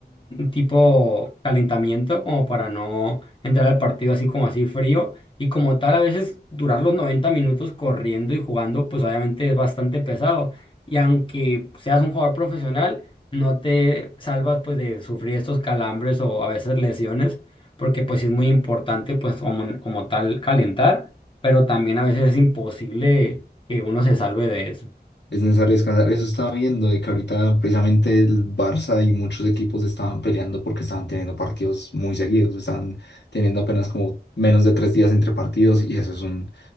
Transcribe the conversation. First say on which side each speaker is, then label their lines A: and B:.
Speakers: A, on the left; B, on the left.
A: tipo calentamiento como para no entrar al partido así como así frío y como tal a veces durar los 90 minutos corriendo y jugando pues obviamente es bastante pesado y aunque seas un jugador profesional no te salvas pues de sufrir estos calambres o a veces lesiones porque pues sí es muy importante pues como, como tal calentar, pero también a veces es imposible que uno se salve de eso.
B: Es necesario descansar. Eso estaba viendo de que ahorita precisamente el Barça y muchos equipos estaban peleando porque estaban teniendo partidos muy seguidos, estaban teniendo apenas como menos de tres días entre partidos y eso es un,